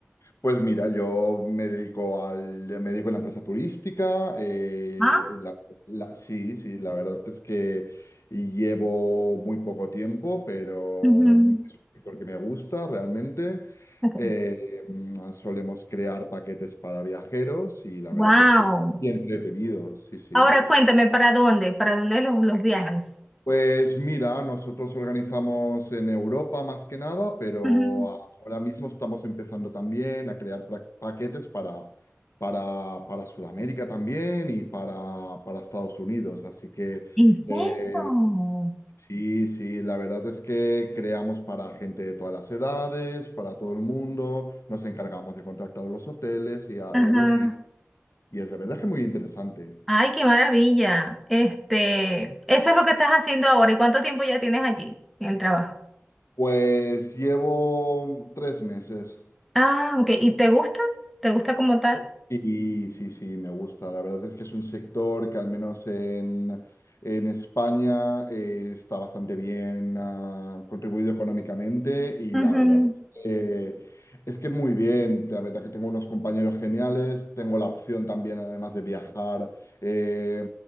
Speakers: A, on the left; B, in the centre.
A: Pues mira, yo me dedico al, me dedico a una empresa turística. eh,
B: Ah,
A: la- la- sí, sí, la verdad es que llevo muy poco tiempo, pero
B: ujú,
A: es un sector que me gusta realmente.
B: ok.
A: Eh, mm, solemos crear paquetes para viajeros y la verdad
B: Wow.
A: es que es muy entretenido, sí, sí.
B: Ahora cuéntame, ¿para dónde? ¿Para dónde los, los viajes?
A: Pues mira, nosotros organizamos en Europa más que nada, pero
B: Ujú.
A: ahora mismo estamos empezando también a crear pra- paquetes para, para, para Sudamérica también y para, para Estados Unidos. Así que
B: ¿En serio?
A: eh, sí, sí, la verdad es que creamos para gente de todas las edades, para todo el mundo, nos encargamos de contactar a los hoteles y a,
B: Ajá.
A: y a los guías. Y es de verdad que muy interesante.
B: Ay, qué maravilla. Este, eso es lo que estás haciendo ahora. ¿Y cuánto tiempo ya tienes allí en el trabajo?
A: Pues llevo tres meses.
B: Ah, ok. ¿Y te gusta? ¿Te gusta como tal?
A: Y sí, sí, me gusta. La verdad es que es un sector que al menos en, en España eh, está bastante bien ah, contribuido económicamente y
B: Ujú.
A: la verdad es que, es que muy bien. La verdad que tengo unos compañeros geniales. Tengo la opción también, además de viajar eh,